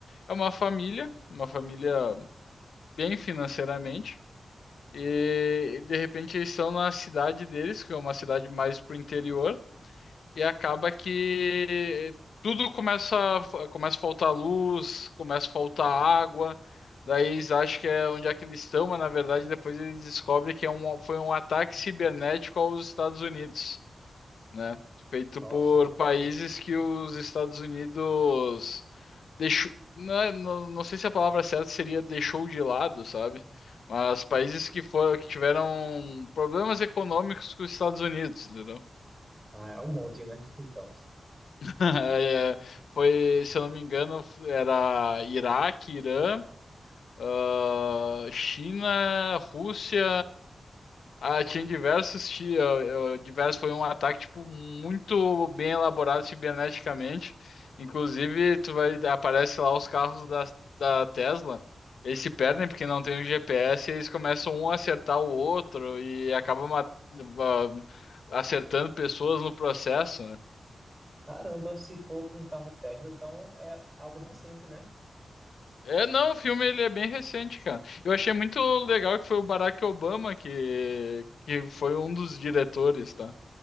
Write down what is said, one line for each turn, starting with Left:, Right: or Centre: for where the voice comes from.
Left: É uma família, uma família bem financeiramente. E de repente eles estão na cidade deles, que é uma cidade mais pro interior, e acaba que tudo começa a, começa a faltar luz, começa a faltar água, daí eles acham que é onde é que eles estão, mas na verdade depois eles descobrem que é um, foi um ataque cibernético aos Estados Unidos né? Feito
Right: nossa.
Left: por países que os Estados Unidos deixou, não, é- não, não sei se a palavra certa seria deixou de lado, sabe? Mas países que foram, que tiveram problemas econômicos com os Estados Unidos, entendeu?
Right: Ah, é um monte, né? <laughs> Então.
Left: <laughs> É, foi, se eu não me engano, era Iraque, Irã, ah, China, Rússia. Ah, tinha diversos, ti- eh, eh, diversos, foi um ataque, tipo, muito bem elaborado ciberneticamente. Inclusive, tu vai, aparece lá os carros da, da Tesla, eles se perdem porque não tem o GPS, e eles começam um a acertar o outro e acabam ma- ah, acertando pessoas no processo, né?
Right: Caramba, se for com um carro Tesla, então é algo recente, né?
Left: É, não, o filme ele é bem recente, cara. Eu achei muito legal que foi o Barack Obama que, que foi um dos diretores, tá?